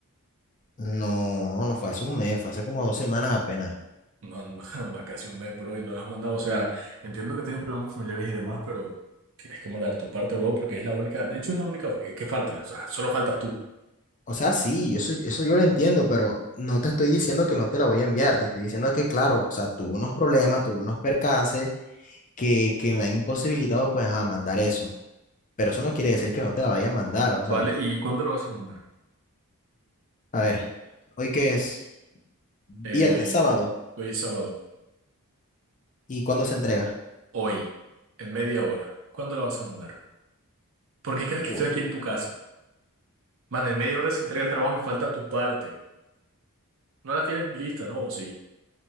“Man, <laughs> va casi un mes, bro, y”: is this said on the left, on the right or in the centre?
Right